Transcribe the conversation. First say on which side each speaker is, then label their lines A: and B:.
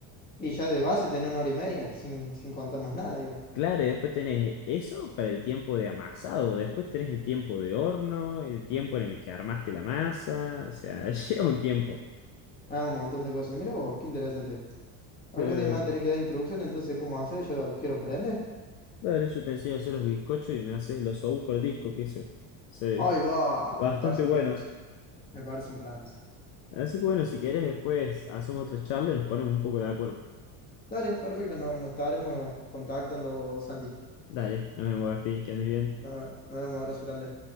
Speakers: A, on the left; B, on the left.
A: Y ya de base tenés una hora y media, sin, sin contar más nada, digamos.
B: Claro, y después tenés eso para el tiempo de amasado, después tenés el tiempo de horno, el tiempo en el que armaste la masa, o sea, <laughs> lleva un tiempo.
A: Ah, un montón de cosas. Mira vos, qué interesante. Algún
B: Pero,
A: día me va a tener que dar instrucción entonces, ¿cómo hacer? Yo quiero aprender.
B: dale, yo te enseño a hacer los bizcochos y me haces los osobuco al disco, que eso, eso es
A: Ay, va,
B: bastante
A: me parece un
B: bueno.
A: planazo. Me parece un planazo.
B: Así que bueno, si querés después hacemos otra charla y nos ponemos un poco de acuerdo.
A: Dale, perfecto, no- nos estaremos contactando, Santi.
B: Dale, nos vemos, Gaspi, que andes bien.
A: No- Nos, vemos, abrazo grande.